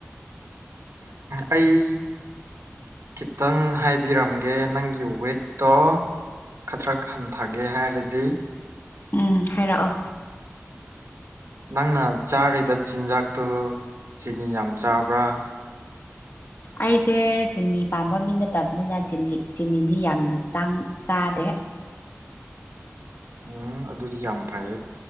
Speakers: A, on the right (about 80°); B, on the left (about 50°).
A: ꯑꯩ ꯈꯤꯇꯪ ꯍꯥꯏꯕꯤꯔꯝꯒꯦ ꯅꯪꯒꯤ ꯋꯦꯠꯇꯣ ꯈꯇꯔꯛ ꯍꯟꯊꯒꯦ ꯍꯥꯏꯔꯗꯤ
B: ꯎꯝ ꯍꯥꯏꯔꯛꯑꯣ
A: ꯅꯪꯅ ꯆꯥꯔꯤꯕ ꯆꯤꯟꯖꯥꯛꯇꯨ ꯆꯤꯅꯤ ꯌꯥꯝ ꯆꯥꯕ꯭ꯔꯥ
B: ꯑꯩꯁꯦ ꯆꯤꯅꯤ ꯄꯥꯝꯕ ꯃꯤ ꯅꯠꯇꯕꯅꯤꯅ ꯆꯤꯅꯤꯗꯤ ꯌꯥꯝ ꯆꯥꯡ ꯆꯥꯗꯦ
A: ꯎꯝ ꯑꯗꯨꯗꯤ ꯌꯥꯝ ꯐꯩ